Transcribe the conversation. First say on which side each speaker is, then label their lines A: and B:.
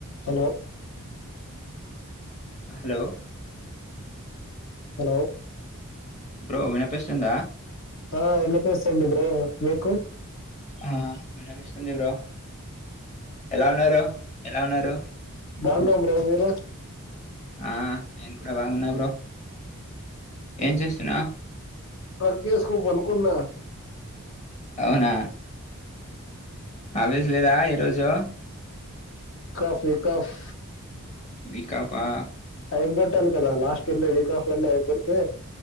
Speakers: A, on the left (about 60°); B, on the left (about 30°).
A: Hello
B: hello
A: hello
B: bro వినిపిస్తుందా
A: ఆ ఎనిపిస్తుంది బ్రో మీకు
B: ఆ వినపిస్తుంది బ్రో ఎలా ఉన్నారు ఎలా ఉన్నారు
A: బాగున్నామ్ బ్రో మీరు
B: ఆ నేను కూడా బాగున్నా బ్రో ఏం చేస్తున్నా
A: రగ్గేశకు పనుకున్నా
B: అవునా ఆవస్లేదా ఈ రోజు
A: కాఫ్ వికాఫ్
B: వికాపా
A: టం పట్టాను కదా లాస్ట్ ఉండే వీకా ఆఫ్ లో అయిపోతే